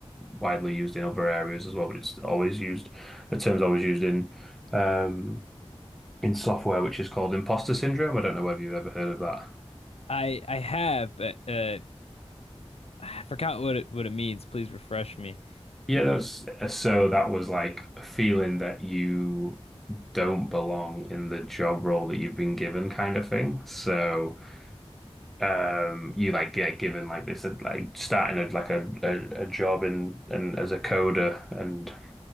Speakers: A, in the centre; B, on the left.
A: widely used in other areas as well, but it's always used, the term's always used in um in software, which is called imposter syndrome. I don't know whether you've ever heard of that.
B: I I have, but uh, I forgot what it what it means. Please refresh me.
A: Yeah, that's so that was like a feeling that you don't belong in the job role that you've been given kind of thing. So um you like get given like this uh, like starting a, like a, a a job and and as a coder and